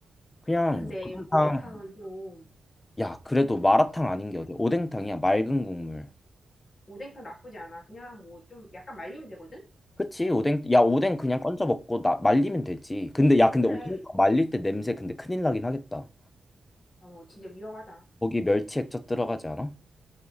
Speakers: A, on the left; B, on the left.
A: 그냥
B: 근데
A: 오뎅탕,
B: 오뎅탕은 좀,
A: 야, 그래도 마라탕 아닌 게 어디야? 오뎅탕이야, 맑은 국물.
B: 오뎅탕 나쁘지 않아. 그냥 뭐 좀 약간 말리면 되거든?
A: 그치, 오뎅, 야, 오뎅 그냥 건져 먹고 나, 말리면 되지. 근데, 야, 근데
B: 그래.
A: 오뎅 말릴 때 냄새 근데 큰일 나긴 하겠다.
B: 어, 진짜 위험하다.
A: 거기 멸치 액젓 들어가지 않아?